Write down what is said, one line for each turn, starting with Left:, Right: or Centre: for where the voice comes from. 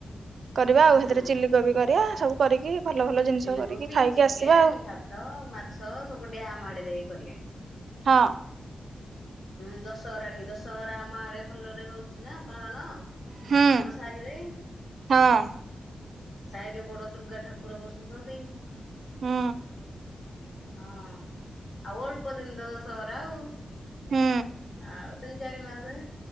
Right: କରିବା
Left: ହୁଁ
Right: ଆଉ ହେଥିରେ ଚିଲି କୋବି କରିବା ସବୁ କରିକି ଭଲ ଭଲ ଜିନିଷ
Left: ଚିଲି
Right: କରିକି
Left: କୋବି,
Right: ଖାଇକି
Left: ଚିକେନ,
Right: ଆସିବା ଆଉ
Left: ଭାତ, ମାଛ ସବୁ ଡ୍ୟାମ ଆଡେ ଯାଇକି କରିବା।
Right: ହଁ।
Left: ହୁଁ ଦଶହରା ଢେଇ ଦଶହରା ଆମ ଆଡେ ଭଲ। ରେ ହଉଚି ନା ପାଳନ
Right: ହୁଁ
Left: ଆମ ସାହିରେ।
Right: ହଁ
Left: ସାହି ରେ ବଡ ଦୁର୍ଗା ଠାକୁର ବସୁସନ୍ତି।
Right: ହୁଁ।
Left: ହଁ ଆଉ ଅଳ୍ପ ଦିନ ତ ଦଶହରା ଆଉ।
Right: ହୁଁ
Left: ଆଉ ତିନି ଚାରି ମାସେ।